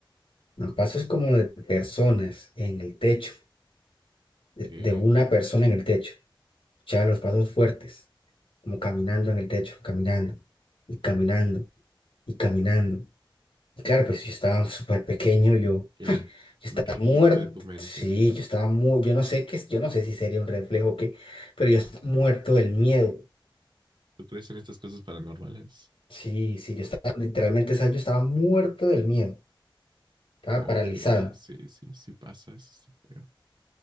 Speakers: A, on the left; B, on the right.
A: no, pasos como de personas en el techo, de,
B: que
A: de una persona en el techo, escuchaba los pasos fuertes, como caminando en el techo, caminando y caminando y caminando. Y claro, pues yo estaba súper pequeño, yo,
B: era
A: yo estaba
B: un reflejo
A: muerto,
B: de tu mente.
A: sí, yo estaba muy, yo no sé qué, es- yo no sé si sería un reflejo o qué, pero yo estaba muerto del miedo.
B: ¿Tú crees en estas cosas paranormales?
A: Sí, sí, yo estaba, literalmente, ¿sabes? Yo estaba muerto del miedo, estaba
B: No, ok,
A: paralizado.
B: sí, sí, sí pasa, eso está feo.